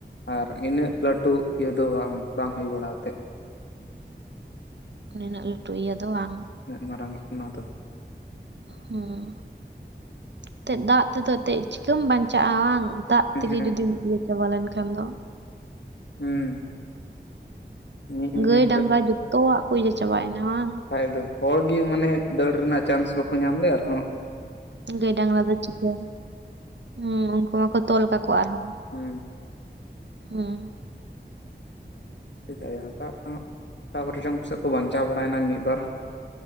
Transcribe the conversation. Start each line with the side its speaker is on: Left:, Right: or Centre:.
Left: ᱟᱨ ᱤᱱᱟᱹᱜ ᱞᱟᱹᱴᱩ ᱤᱭᱟᱹ ᱫᱚ ᱵᱟᱝ ᱵᱟᱝ ᱦᱩᱭ ᱵᱟᱲᱟ ᱟᱛᱮᱜ ᱾
Right: ᱱᱤᱱᱟᱹᱜ ᱞᱟᱹᱴᱩ ᱤᱭᱟᱹ ᱫᱚ ᱵᱟᱝ ᱾
Left: <unintelligible> ᱢᱟᱨᱟᱝ ᱚᱱᱟ ᱫᱚ ᱾
Right: ᱦᱮᱸ ᱮᱛᱮᱫ ᱫᱟᱜ ᱛᱮᱫᱚ ᱮᱛᱮᱫ ᱪᱤᱠᱟᱹᱢ ᱵᱟᱧᱪᱟᱜᱼᱟ ᱵᱟᱝ? ᱫᱟᱜ ᱛᱮᱜᱮ
Left: ᱦᱮᱸ
Right: ᱡᱩᱫᱤᱢ ᱤᱭᱟᱹ ᱪᱟᱵᱟ ᱞᱮᱱᱠᱷᱟᱱ ᱫᱚ ᱾
Left: ᱦᱩᱸ ᱢᱤᱫ ᱢᱤᱱᱤᱴ
Right: ᱜᱟᱹᱭ ᱰᱟᱝᱨᱟ
Left: ᱨᱮ
Right: ᱡᱚᱛᱚᱣᱟᱜ ᱠᱚ ᱤᱭᱟᱹ ᱪᱟᱵᱟᱭ ᱮᱱᱟ ᱵᱟᱝ?
Left: ᱠᱷᱟᱡ ᱫᱚ, ᱦᱚᱲ ᱜᱮ ᱢᱟᱱᱮ ᱫᱟᱹᱲ ᱨᱮᱱᱟᱜ ᱪᱟᱱᱥ ᱵᱟᱠᱚ ᱧᱟᱢ ᱞᱮᱭᱟ ᱟᱨᱦᱚᱸ
Right: ᱜᱟᱹᱭ ᱰᱟᱝᱨᱟ ᱫᱚ ᱪᱤᱠᱟᱹᱭᱟᱭ ᱩᱸ ᱩᱱᱠᱩ ᱢᱟᱠᱚ ᱛᱚᱞ ᱠᱟᱠᱚ ᱟᱨᱦᱚᱸ,
Left: ᱦᱩᱸᱼᱼ
Right: ᱦᱩᱸ
Left: <unintelligible> ᱠᱟ ᱠᱚᱨ ᱪᱚᱝ ᱠᱚᱥᱮᱡ ᱠᱚ ᱵᱟᱧᱪᱟᱣ ᱵᱟᱲᱟᱭ ᱮᱱᱟ ᱢᱤᱫᱵᱟᱨ